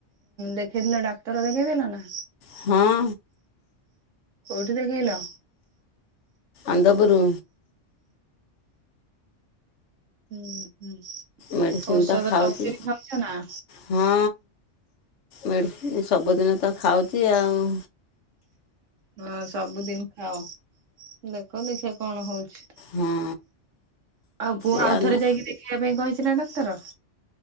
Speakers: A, on the right (about 85°); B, on the left (about 70°).
A: ଦେଖେଇଥିଲ ଡାକ୍ତର ଦେଖେଇଥିଲନା?
B: ହଁ।
A: କୋଉଠି ଦେଖେଇଲ?
B: ଆନ୍ଦପୁରୁ।
A: ହୁଁ ହୁଁ
B: ମେଡ଼ିସିନ୍
A: ଔଷଧ
B: ତ ଖାଉଛି
A: ସବୁ ଦିନି ଖାଉଚନା?
B: ହଁ ମେଡ଼ିସିନ୍ ସବୁଦିନତ ଖାଉଚି ଆଉ।
A: ହଁ ସବୁଦିନି ଖାଅ ଦେଖ ଦେଖିିଆ କଣ ହଉଚି।
B: ହଁ
A: ଆଉ ପୁଅ
B: ଏୟା
A: ଆଉଥରେ
B: ନା
A: ଯାଇକି ଦେଖିବା ପାଇଁ କହିଚିନା ଡାକ୍ତର?